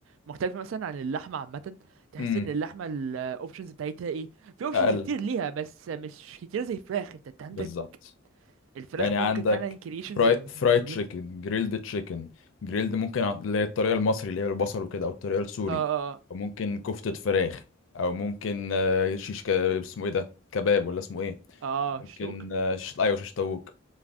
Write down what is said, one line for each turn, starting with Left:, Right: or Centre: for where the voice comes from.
Right: مختلفه مثلا عن اللحمه عامه تحس
Left: امم
Right: ان اللحمه الاوبشنز بتاعتها ايه في اوبشنز
Left: اقل
Right: كتير ليها بس مش كتير زي الفراخ انت انت عندك
Left: بالظبط
Right: الفراخ
Left: يعني عندك
Right: ممكن فعلا كرييشنز
Left: فراي
Right: انليمتد
Left: فرايد تشيكن جريلد تشيكن جريلد ممكن عن- اللي هي الطريقة المصري اللي هي بالبصل وكده أو الطريقة السوري
Right: اه اه
Left: أو ممكن كفتة فراخ أو ممكن آه، شيش ك... اسمه إيه ده كباب ولا اسمه إيه
Right: اه
Left: ممكن
Right: شتوك
Left: آه، شيش أيوة شيش طاووق